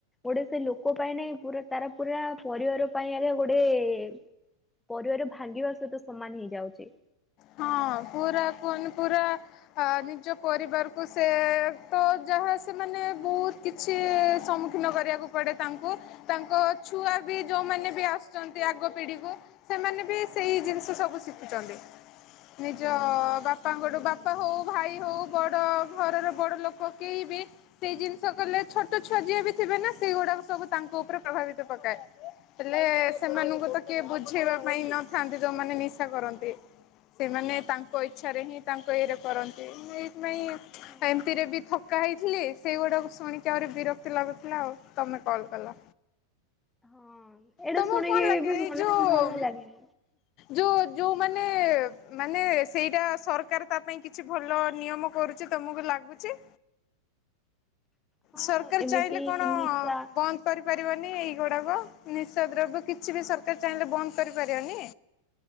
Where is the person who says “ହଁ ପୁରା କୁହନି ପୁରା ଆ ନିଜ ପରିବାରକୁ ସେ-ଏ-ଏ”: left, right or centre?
Left